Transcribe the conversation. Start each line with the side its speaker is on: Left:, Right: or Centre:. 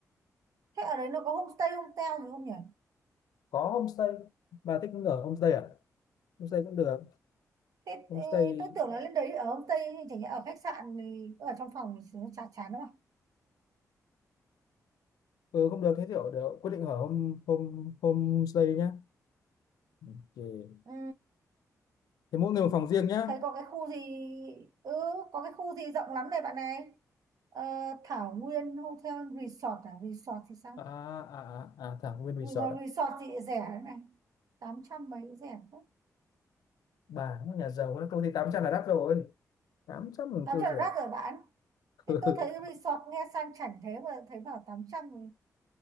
Right: thế ở đấy nó có homestay hotel gì không nhỉ?
Left: có homestay bà thích ở homestay à homestay cũng được
Right: Thế,
Left: homestay
Right: thế tôi tưởng là lên đấy ở homestay chẳng nhẽ ở khách sạn thì ở trong phòng thì nó chán chán lắm à?
Left: ừ, không được thế thì ở để quyết định ở home home homestay nhá Ok.
Right: Ừ.
Left: thế mỗi người một phòng riêng nhá
Right: thấy có cái khu gì ừ có cái khu gì rộng lắm này bạn này Ờ, Thảo Nguyên Hotel Resort à resort thì sao
Left: à à à, à thảo nguyên
Right: vì
Left: resort
Right: mà
Left: à
Right: resort thì rẻ đấy này 800 mấy cũng rẻ thế
Left: bà nó nhà giàu nó công ty 800 là đắt rồi 800 mình
Right: tám
Left: kêu
Right: trăm
Left: rẻ
Right: là đắt rồi bạn thế
Left: <laughs>
Right: tôi thấy resort nghe sang chảnh thế mà thấy bảo 800 thì